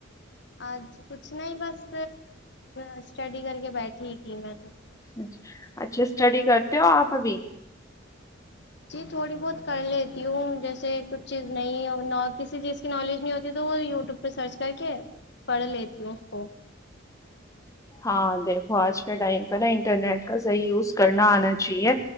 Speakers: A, on the left; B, on the left.
A: آج کچھ نہیں بس اسٹڈی کر کے بیٹھی تھی میں تو
B: اچ اچھا اسٹڈی کرتے ہو آپ ابھی
A: جی تھوڑی بہت کر لیتی ہوں جیسے کچھ چیز نہیں کسی چیز کی نالج نہیں ہوتی تو وہ یوٹیوب پہ سرچ کر کے پڑھ لیتی ہوں اس کو
B: ہاں دیکھو آج کے ٹائم پہ نا انٹرنیٹ کا صحیح یوز کرنا آنا چاہیے